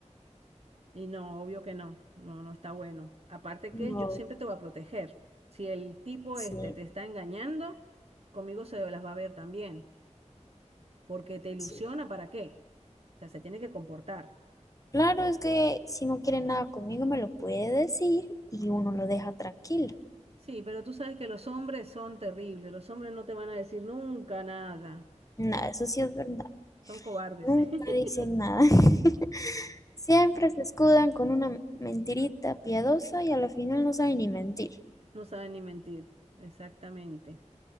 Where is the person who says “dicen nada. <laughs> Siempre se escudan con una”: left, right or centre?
Left